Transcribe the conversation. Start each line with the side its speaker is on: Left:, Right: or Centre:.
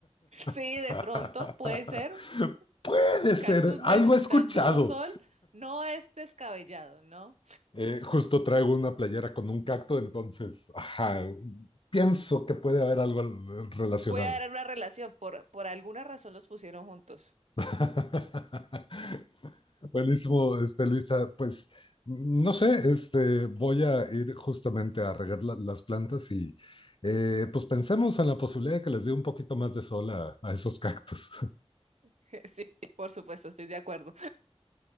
Right: Sí,
Left: <laughs>
Right: de pronto puede ser
Left: Puede
Right: un
Left: ser,
Right: cactus necesitando
Left: algo he escuchado.
Right: sol, no es descabellado, ¿no?
Left: Eh, justo traigo una playera con un cacto, entonces, ajá, pienso que puede haber algo al- eh, relacionado.
Right: Puede haber una relación, por, por alguna razón los pusieron juntos.
Left: <laughs> Buenísimo, este, Luisa, pues mm, no sé, este, voy a ir justamente a regar la- las plantas y eh, pues pensemos en la posibilidad de que les dé un poquito más de sol a, a esos cactus.
Right: <laughs> Sí, por supuesto, estoy de acuerdo.